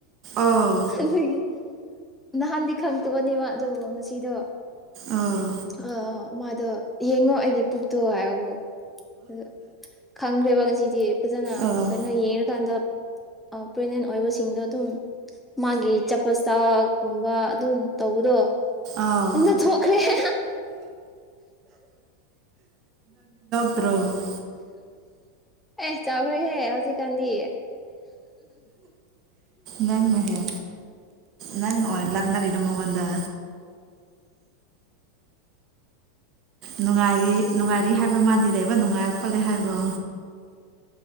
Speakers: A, on the right (about 40°); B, in the centre.
A: ꯑꯥꯎ
B: ꯑꯗꯨꯒꯤ ꯅꯍꯥꯟꯗꯤ ꯈꯪꯗꯕꯅꯦꯕ ꯑꯗꯨ ꯉꯁꯤꯗꯣ
A: ꯑꯥ
B: ꯑ ꯃꯥꯗꯣ ꯌꯦꯡꯉꯣ ꯑꯩꯒꯤ ꯄꯨꯛꯇꯣ ꯍꯥꯏꯕꯒꯣ ꯑ ꯈꯪꯈ꯭ꯔꯦꯕ ꯉꯁꯤꯖꯦ ꯐꯖꯅ
A: ꯑꯥ
B: ꯀꯩꯅꯣ ꯌꯦꯡꯉꯀꯥꯟꯗ ꯄ꯭ꯔꯦꯒꯅꯦꯟ ꯑꯣꯏꯕꯁꯤꯡꯗꯣ ꯑꯗꯨꯝ ꯃꯥꯒꯤ ꯆꯄꯇꯥꯒꯨꯝꯕ ꯑꯗꯨꯝ ꯇꯧꯕꯗꯣ
A: ꯑꯥꯎ
B: ꯑꯗ ꯊꯣꯈꯔꯤꯦ
A: ꯔꯣꯝ
B: ꯑꯦ ꯆꯥꯎꯈꯔꯦꯍꯦ ꯍꯧꯖꯤꯛ ꯀꯥꯟꯗꯤ
A: ꯅꯟ ꯃꯍꯦ ꯂꯪ ꯅ ꯂꯥꯛꯅꯔꯤꯗꯣ ꯃꯒꯣꯟꯗ ꯅꯨꯡꯉꯥꯏꯔꯤ ꯅꯨꯡꯉꯥꯏꯔꯤ ꯍꯥꯏꯕ꯭ꯔꯣ ꯃꯥꯗꯤ ꯂꯩꯕ ꯅꯨꯡꯉꯥꯏ ꯈꯣꯠꯂꯦ ꯍꯥꯏꯕ꯭ꯔꯣ